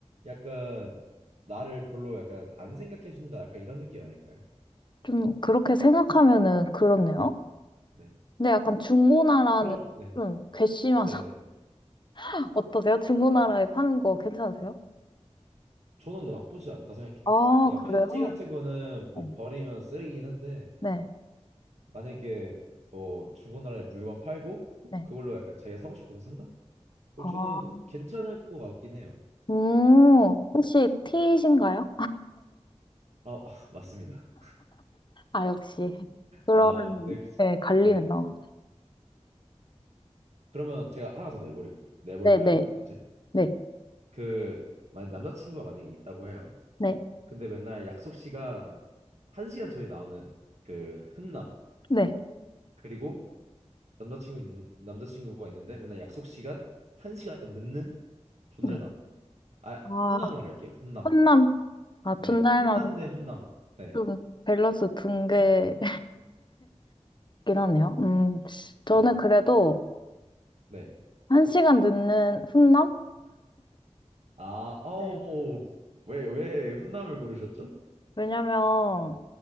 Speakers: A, on the right; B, on the left.
A: 약간 나를 별로 약간 안 생각해 준다 약간 이런 느낌 아닐까요?
B: 좀 그렇게 생각하면은 그렇네요.
A: 네.
B: 근데 약간 중고나라는
A: 그럼 네.
B: 좀 괘씸하잖아.
A: 네네.
B: <laughs> 어떠세요? 중고나라에 파는 거 괜찮으세요?
A: 저는 나쁘지 않다 생각해요.
B: 아,
A: 그러니까
B: 그래요?
A: 편지 같은 거는 뭐
B: 네,
A: 버리면 쓰레기긴 한데
B: 네,
A: 만약에 뭐 중고나라에 물건 팔고
B: 네.
A: 그걸로 약간 자기가 사고 싶어서 산다? 그럼
B: 아.
A: 저는 괜찮을 것 같긴 해요.
B: 음, 혹시 T이신가요?
A: 아, <laughs> 맞습니다.
B: 아, 역시. 그러면,
A: 아, 네. 그치.
B: 네, 갈리네요.
A: 네. 그러면 제가 하나 더 내볼, 내볼까요?
B: 네, 네,
A: 문제?
B: 네,
A: 그, 만약 남자친구가 만약에 있다고 해요.
B: 네,
A: 근데 맨날 약속 시간 한 시간 전에 나오는 그 흔남.
B: 네,
A: 그리고 남자친구, 있- 남자친구가 있는데 맨날 약속 시간 한 시간 늦는 존잘남.
B: 네.
A: 아,
B: 아,
A: 훈남으로 갈게요. 훈남.
B: 혼남, 아, 둔달남,
A: 네. 훈남 대 훈남. 네.
B: 좀 밸런스 붕괴긴 하네요. 음, 저는
A: 네.
B: 그래도
A: 네.
B: 한 시간 늦는 훈남?
A: 아, 어우.
B: 네.
A: 왜, 왜 훈남을 고르셨죠?
B: 왜냐면,